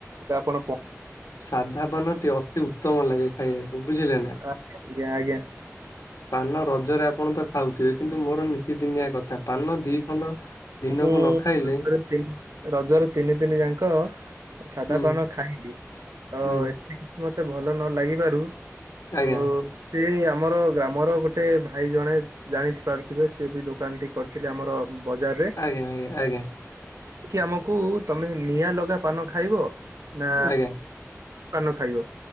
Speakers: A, on the right; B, on the left.
A: ଆପଣ।
B: ସାଧାପାନଟି ଅତି ଉତ୍ତମ ଲାଗେ ଖାଇବାକୁ ବୁଝିଲେ ନା
A: ଆଜ୍ଞା ଆଜ୍ଞା
B: ପାନ ରଜରେ ଆପଣ ତ ଖାଉଥିବେ କିନ୍ତୁ ମୋର ନିତିଦିନିଆ କଥା ପାନ। ଦି ଖଣ୍ଡ ଦିନକୁ
A: ମୁଁ
B: ନ ଖାଇଲେ।
A: ରଜରେ ରଜର ତିନି ଦିନି ଯାଙ୍କ ସାଧା
B: ହୁଁ
A: ପାନ ଖାଇଲି। ତ
B: ହୁଁ
A: ଏଠି କିଛି ମତେ ଭଲ ନ ଲାଗିବାରୁ ତ।
B: ଆଜ୍ଞା
A: ସେ ଆମର ଗ୍ରାମର ଗୋଟେ ଭାଇ ଜଣେ ଜାଣିପାରୁଥିବେ ସେ ବି ଦୋକାନ ଟି କରି। ଥିଲେ ଆମର ବଜାରରେ।
B: ଆଜ୍ଞା ଆଜ୍ଞା
A: ସିଏ ଆମକୁ ତମେ ନିଆଁ ଲଗା ପାନ ଖାଇବ ନା।
B: ଆଜ୍ଞା
A: ପାନ ଖାଇବ